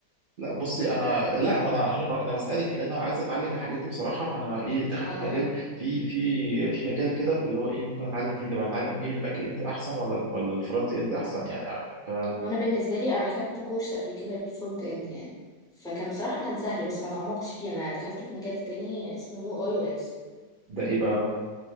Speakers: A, on the right; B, in the centre.
A: لا بصي انا لا ما انا عشان ب- انا بسالك اللي انا عايز اتعلم الحاجات دي بصراحه فانا ايه داخل
B: اه
A: في مجال
B: آه.
A: في في في مجال كده فاللي هو ايه ممكن اتعلم فيه طب انا اتعلم ايه الباك اند احسن ولا ولا الفرونت اند احسن يعني, يعني ف
B: وانا بالنسبه لي انا خدت كورس قبل كده للفرونت اند يعني فكان بصراحه كان سهل بس ما تعمقتش فيه انا دخلت في مجال تاني اسمه يو اي اكس
A: ده ايه بقى